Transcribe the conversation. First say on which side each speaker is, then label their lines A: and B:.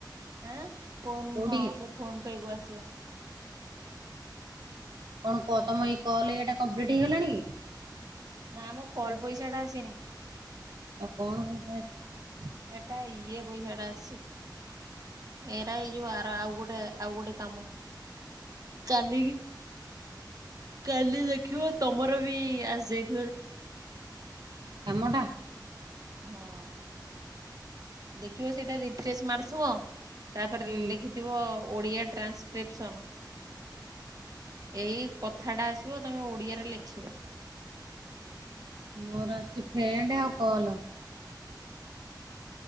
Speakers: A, on the right; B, on the right.
A: ଆଁ ଫୋନ
B: କୋଉଠି
A: ହଁ ସେ ଫୋନ ପେଗୁ ଆସୁ <unintelligible>
B: କଣ କହ ତମ ଏଇ କଲ୍ ଏଟା କମ୍ପ୍ଲିଟ ହେଇଗଲାଣି
A: ନା ମ କଲ ପଇସା ଟା ଆସିନି।
B: ଆଉ କଣ ପଇସା ଆସିଛି।
A: ଏଟା ଇଏ ପଇସାଟା ଆସିଛି। ଏରା ଏଇ ଯୋଉ ଆର ଆଉ ଗୋଟେ ଆଉ ଗୋଟେ କାମ କାଲ କାଲି ଦେଖିବ ତମର ବି ଆସିଯାଇ
B: କାମଡ଼ା
A: ହଁ ଦେଖ <unintelligible> ରଖିବ ସେଇଟା ରିଫ୍ରେସ ମାରୁଥିବ। ତାପରେ
B: ହୁଁ
A: ଲେଖିଥିବ ଓଡିଆ ଟ୍ରାନ୍ସକ୍ରିପସନ। ଏଇ କଥାଟା ଆସିବ ତମେ ଓଡିଆରେ ଲେଖିବ।
B: ମୋର ଅସି ଫେଣ୍ଡଆଉକଲ